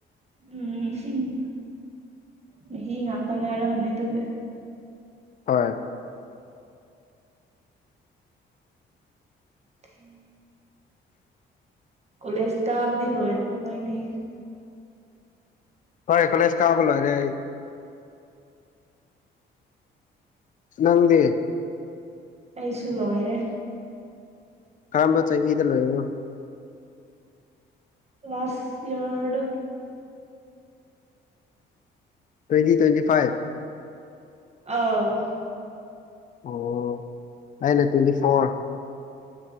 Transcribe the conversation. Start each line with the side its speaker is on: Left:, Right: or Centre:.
Right: ꯎꯝ ꯃꯍꯤ ꯉꯥꯛꯇ ꯉꯥꯏꯔꯝꯅꯦ ꯑꯗꯨꯅꯦ
Left: ꯍꯣꯏ
Right: ꯎꯝ ꯀꯣꯂꯦꯖ ꯇꯕꯗꯤ ꯂꯣꯏꯔꯔꯕ ꯅꯣꯏꯗꯤ
Left: ꯍꯣꯏ ꯀꯂꯦꯁ ꯀꯥꯕꯂꯔꯦ ꯁ ꯅꯪꯗꯦ
Right: ꯑꯩꯁꯨ ꯂꯣꯏꯔꯦ
Left: ꯀꯔꯝꯕ ꯆꯍꯤꯗ ꯂꯣꯏꯔꯅꯣ
Right: ꯔꯁꯤꯔ
Left: ꯇ꯭ꯋꯦꯟꯇꯤ ꯇ꯭ꯋꯦꯟꯇꯤ ꯐꯥꯏꯚ
Right: ꯑꯥꯎ
Left: ꯑꯣ ꯀꯥꯏꯅ ꯇ꯭ꯋꯦꯟꯗꯤ ꯐꯣꯔꯣꯔ